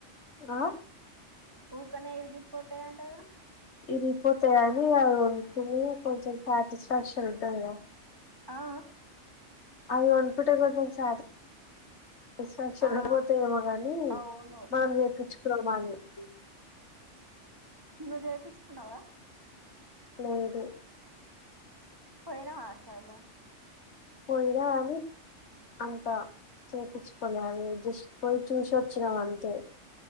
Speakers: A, on the left; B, on the right.
A: ఆ
B: ఊకనే ఇరిగిపోతాయ్ అంటగా
A: ఇరిగిపోతయా ని <unintelligible> కానీ కొంచెం సాటిస్ఫ్యాక్షన్ ఉంటాదిగా
B: అ ఆ
A: అది ఒన్ పిట గ సాటిస్ఫాక్షన్
B: ఆ
A: పోతేమో గాని
B: అవును
A: మనం చేపిచ్చుకున్నామ అని <inaudible>
B: నువ్ జేపి కున్నవా
A: లేదు
B: పొయ్యినవా అసలు
A: పోయినా అవి అంత చేపిచ్చుకోలే అవి జస్ట్ పోయి చూసొచ్చినం అంతే